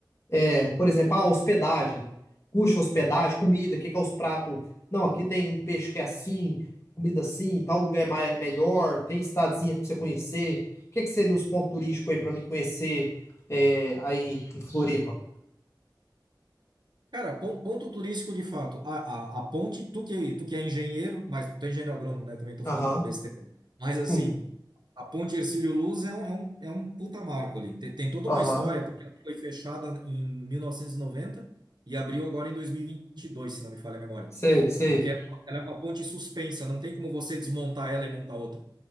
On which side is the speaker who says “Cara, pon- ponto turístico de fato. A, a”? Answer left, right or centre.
Right